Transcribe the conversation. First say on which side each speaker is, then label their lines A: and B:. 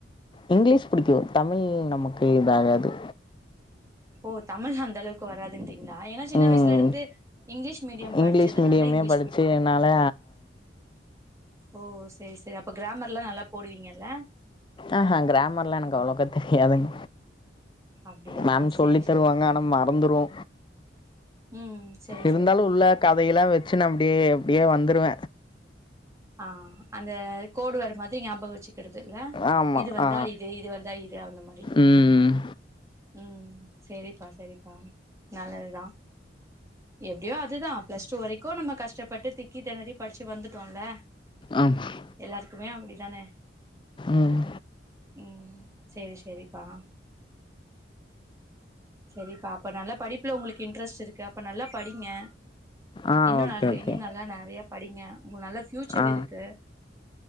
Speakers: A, on the left; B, on the right.
A: இங்கிலீஷ் புடிக்கு தமிழ் நமக்கு இதாகாது
B: ஓ தமிழ் அந்த அளவுக்கு வராதுன்றீங்களா ஏனா சின்ன
A: ம்
B: வயசுல இருந்து இங்கிலீஷ் மீடியம்
A: இங்கிலீஷ்
B: படிச்சதுனால
A: மீடியமே
B: இங்கிலீஷ்
A: படிச்சுனால
B: புடிக் ஓ செரி செரி அப்ப கிராமர்லா நல்லா போடுவீங்கல்ல
A: ஆஹ கிராமர்லா எனக்கு அவ்ளோக்கா தெரியாதுங்
B: அப்டியா
A: மேம் சொல்லி
B: சேரி
A: தருவாங்க
B: சேரிப்பா
A: ஆனா மறந்துருவோ
B: ம் சேரி
A: இருந்தாலு
B: சேரிப்பா
A: உள்ள கதையெல்லா வச்சுன் அப்படியே அப்படியே வந் வந்துருவ
B: ஆ அந்த கோடு வேடு மாதிரி ஞாபக வச்சு க்கிறதுல்ல
A: ஆமாம்
B: இது வந்தா
A: ஆ
B: இது இது வந்தா இது அந்த மாரி
A: ம்
B: ம் செரிப்பா செரிப்பா நல்லதுதா எப்டியோ அதுதா பிளஸ் டூ வரைக்கு நம்ம கஷ்டப்பட்டு திக்கி திணரி படிச்சு வந்துட்டோல்ல
A: ஆமாம்
B: எல்லாருக்குமே அப்படிதானே
A: ம்
B: ம் செரி செரிப்பா செரிப்பா அப்ப நல்லா படிப்புல உங்களுக்கு இன்ட்ரெஸ்ட் இருக்கு அப்ப நல்லா படிங்க
A: ஆ
B: இன்னு
A: ஓகே
B: நெறைய
A: ஓகே
B: இன்னும் நல்லா நெறைய படிங்க உங்க நல்ல பியூச்சர்
A: ஆ
B: இருக்கு